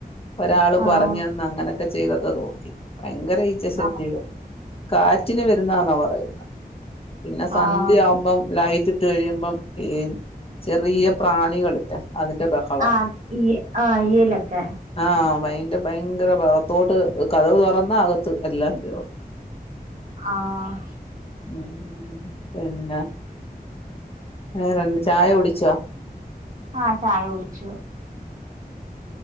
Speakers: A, on the left; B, on the right.
A: ഒരാൾ
B: ആഹ്
A: പറഞ്ഞ് തന്ന് അങ്ങനെ ഒക്കെ ചെയ്തൊക്കെ നോക്കി ഭയങ്കര ഈച്ച ശല്യവാ
B: ആഹ്
A: കാറ്റിന് വരുന്നാന്നാ പറയുന്നെ പിന്നെ സന്ധ്യ
B: ആഹ്
A: ആവുമ്പം ലൈറ്റ് ഇട്ട് കഴിയുമ്പം ഈ ചെറിയ പ്രാണികൾ ഇല്ലെ അതിന്റെ ബഹ
B: ആഹ് ഈ ആഹ് ഈയ്യെൽ ഒക്കെ
A: ആഹ് വൈകീട്ട് ഭയങ്കര ബഹളം അകത്തോട്ട് കതക് തൊറന്നാ അകത്ത് എല്ലാം കേറും
B: ആഹ്
A: <inaudible> പിന്നെ വെറെ എന്ത്‌ ചായ കുടിച്ചോ?
B: ആഹ് ചായ കുടിച്ചു.